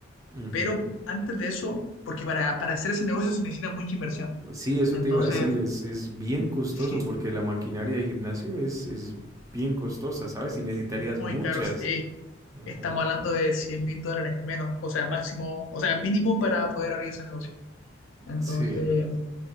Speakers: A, on the right; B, on the left.
A: Ujú.
B: Pero antes de eso, porque para, para hacer ese negocio se necesita mucha inversión.
A: Sí, eso
B: Entonces,
A: te iba a decir, es, es bien costoso
B: sí,
A: porque la maquinaria de gimnasio es, es bien costosa, ¿sabes? Y necesitarías
B: muy
A: muchas.
B: caro, sí.
A: Ajá.
B: Estamos hablando de cien mil dólares menos, o sea, máximo, o sea, mínimo para poder abrir ese negocio. Entonces,
A: Sí.